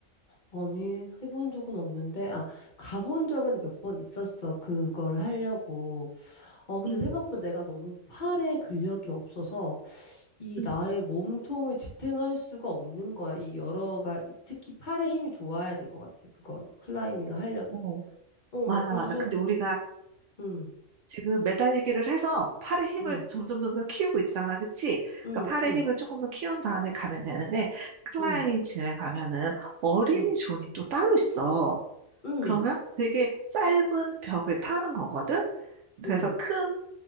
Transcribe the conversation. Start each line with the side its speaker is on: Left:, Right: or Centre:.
Left: 아니, 해본 적은 없는데, 아, 가본 적은 몇 번 있었어. 그걸 하려고. 어, 근데
Right: 응,
Left: 생각보다 내가 너무 팔에 근력이 없어서 이
Right: 응.
Left: 나의 몸통을 지탱할 수가 없는 거야. 이 여러가, 특히 팔에 힘이 좋아야 될 것 같아. 그건, 클라이밍을 하려면.
Right: 어,
Left: 어,
Right: 맞아,
Left: 그래서,
Right: 맞아.
Left: 저-
Right: 근데 우리가
Left: 음,
Right: 지금 매달리기를 해서 팔의 힘을
Left: 음,
Right: 점점 점점 키우고 있잖아. 그치?
Left: 음,
Right: 그러니까 팔의
Left: 음,
Right: 힘을 조금 더 키운 다음에 가면 되는데 클라이밍
Left: 음,
Right: 짐에 가면은 어린이
Left: 음,
Right: 존이 또 따로 있어.
Left: 음,
Right: 그러면 되게 짧은 벽을 타는 거거든. 그래서
Left: 음,
Right: 큰